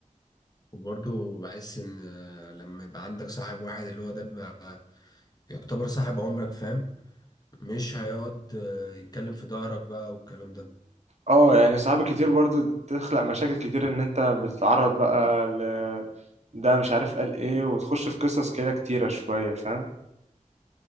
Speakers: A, on the left (about 30°); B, on the right (about 55°).
A: وبرضه بحس ان آه، لما يبقى عندك صاحب واحد اللي هو ده بيبقى يعتبر صاحب عمرك فاهم مش هيقعد آه، يتكلم في ظهرك بقى والكلام ده
B: اه يعني صعب كتير برضو تخلق مشاكل كتير ان انت بتتعرض بقى ل ده مش عارف قال ايه وتخش في قصص كده كتيرة شوية فاهم